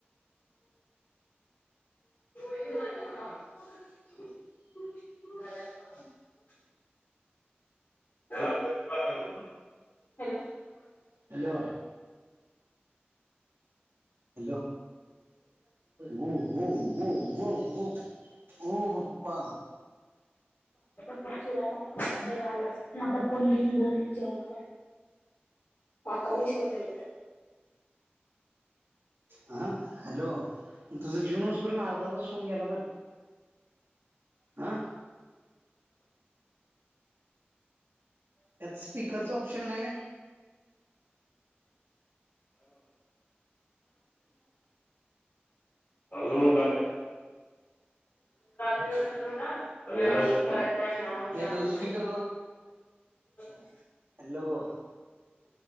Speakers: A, on the left (about 55°); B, on the right (about 75°).
A: <inaudible> हॅलो
B: हॅलो हॅलो हो हो हो हो हो. हो पप्पा.
A: <inaudible> मध्ये आलाच आता माझा फोन घेइन न बोलली जेवणार हाय. पाकाले शोधायला ते.
B: हा हॅलो तुझं जीवून हुं स पर्यंत अर्धा तास होऊन गेला तर? आ? हयात स्पीकरच ऑप्शन नाय वय?
A: काय म्हणणार? <inaudible> त्या ठिकाणी आव
B: व्हय
A: जावं
B: यात स्पीकर
A: <inaudible>
B: हॅलो